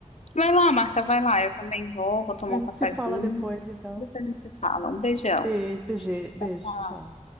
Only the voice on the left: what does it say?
Vai lá, Marta, vai lá. Eu também vou, vou tomar
um
cafezinho.
Depois a gente se fala. Um beijão.
Tchau, tchau.